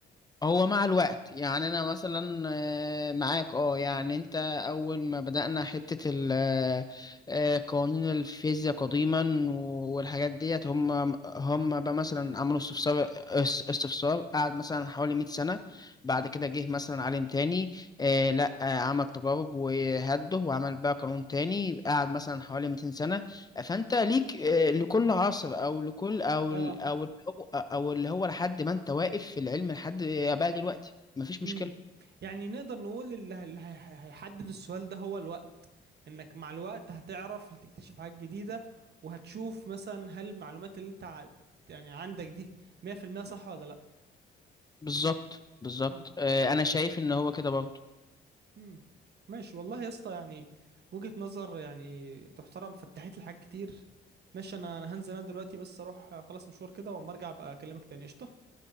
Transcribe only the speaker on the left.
هو مع الوقت يعني انا مثلا آه، معاك اه يعني انت اول ما بدأنا حتة ال- آه، آه، قوانين الفيزياء قديما والحاجات ديت هم هم بقى مثلا عملوا استفسار اس- استفسار قعد مثلا حوالي 100 سنة بعد كده جه مثلا عالم تاني آه، لا آه، عمل تجارب وهده وعمل بقى قانون تاني قعد مثلا حوالي 200 سنة فانت ليك آه، لكل عصر او لكل او
ال- او ال- او اللي هو لحد ما انت واقف في العلم لحد بقى دلوقتي مفيش مشكله
بالظبط بالظبط
آه، انا شايف ان هو كده برضه